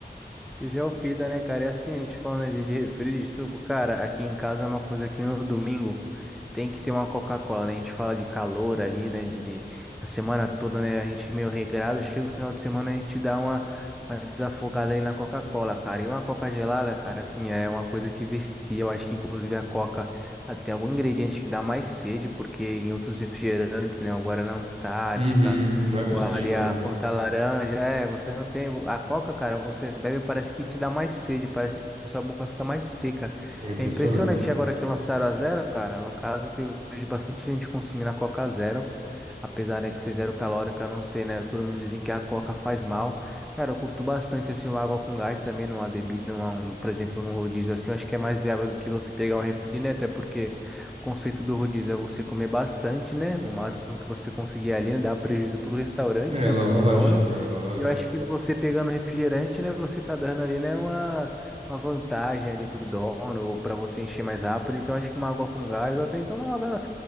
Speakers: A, in the centre; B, on the right (about 35°).
A: Você já é o pita, né, cara? E assim, a gente falando né, de, de refri, de suco, cara, aqui em casa é uma coisa que no domingo tem que ter uma Coca-Cola, né? A gente fala de calor ali, né? De a semana toda, né? A gente meio regrado, chega o final de semana, a gente dá uma, uma desafogada ali na Coca-Cola, cara. E uma Coca gelada, cara, assim, é uma coisa que vicia. Eu acho que inclusive a Coca ela tem algum ingrediente que dá mais sede, porque em outros refrigerantes, né? O Guaraná Antártica.
B: Uhum, não é
A: Ou
B: possível,
A: ali a
B: né?
A: Fanta laranja, é, você não tem. A Coca, cara, você bebe, parece que te dá mais sede, parece que sua boca fica mais seca.
B: É impressionante.
A: É impressionante. E Agora que lançaram a zero, cara, no caso, eu vejo bastante gente consumindo a Coca zero. Apesar, né, de ser zero calórica, eu não sei, né? Todo mundo dizem que a Coca faz mal. Cara, eu curto bastante, assim, uma água com gás também, numa bebida, numa, um, por exemplo, num rodízio assim, eu acho que é mais viável do que você pegar um refri, né? Até porque. O conceito do rodízio é você comer bastante, né? O máximo que você conseguir ali, né? Dá prejuízo pro restaurante,
B: É
A: né?
B: lógico,
A: Pro dono.
B: é lógico.
A: E eu acho que você pegando refrigerante, né? Você tá dando ali, né? Uma, uma vantagem ali pro dono ou para você encher mais rápido. Então acho que uma água com gás ou até então uma água